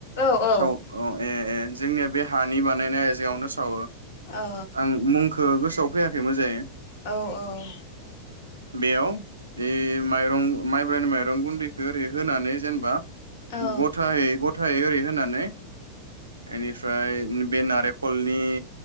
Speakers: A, on the left; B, on the right.
A: औ औ
B: साव अ ए ए जोंनिया बे हानि बानायनाय आयजेङावनो सावो।
A: औ
B: आं मुंखौ गोसोआव फैयाखै मोजायै
A: औ औ
B: बेयाव ए माइरं माइब्रानि माइरं गुन्दै ओरै होनानै जेनबा
A: औ
B: गथाहै ग थाय ओरै होनानै एनिफ्राय ओम बे नारेखलनि